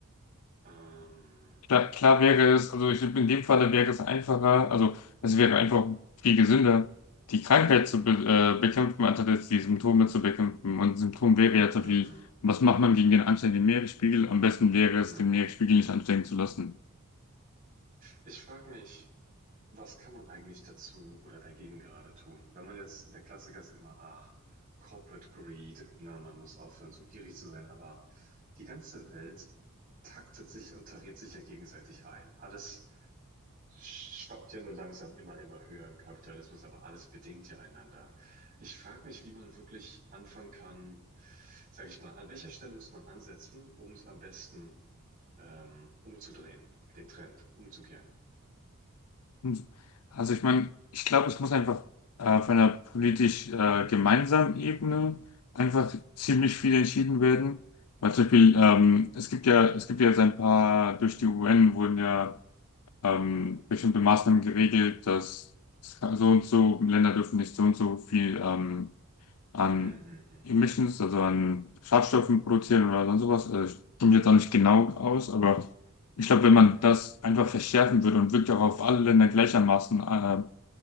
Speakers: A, on the right; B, on the left.
A: Ähm,
B: Klar, klar wäre es, also ich, in dem Falle wäre es einfacher, also es wäre einfach viel gesünder, die Krankheit
A: mm,
B: zu be äh, bekämpfen, anstatt jetzt die Symptome zu bekämpfen. Und Symptom
A: ja,
B: wäre ja
A: ja,
B: so viel,
A: ja,
B: was macht man gegen den ansteigenden Meeresspiegel? Am besten wäre es,
A: ja.
B: den Meeresspiegel nicht ansteigen zu lassen.
A: Ich frage mich, was kann man eigentlich dazu oder dagegen gerade tun? Wenn man jetzt, der Klassiker ist immer, ah, Corporate Greed, na, man muss aufhören, so gierig zu sein, aber die ganze Welt taktet sich und tariert sich ja gegenseitig ein. Alles schwappt ja nur langsam immer, immer höher im Kapitalismus, aber alles bedingt ja einander. Ich frage mich, wie man wirklich anfangen kann, sage ich mal, an welcher Stelle müsste man ansetzen, um es am besten ähm, umzudrehen, den Trend umzukehren.
B: Hm. Also ich meine, ich glaube, es muss einfach äh, auf einer politisch äh, gemeinsamen Ebene einfach ziemlich viel entschieden werden. Weil zum Beispiel,
A: Hm,
B: ähm, es gibt
A: hm,
B: ja, es
A: hm,
B: gibt ja jetzt ein paar, durch die UN wurden ja ähm,
A: ja.
B: bestimmte Maßnahmen geregelt, dass so und so Länder dürfen nicht so und so viel ähm, an
A: Hm, hm, hm,
B: Emissions, also an Schadstoffen produzieren oder sonst sowas. Also ich komme mich jetzt auch nicht genau aus, aber ich glaube, wenn
A: hm,
B: man
A: hm,
B: das einfach verschärfen würde und wirklich auch auf alle Länder gleichermaßen äh,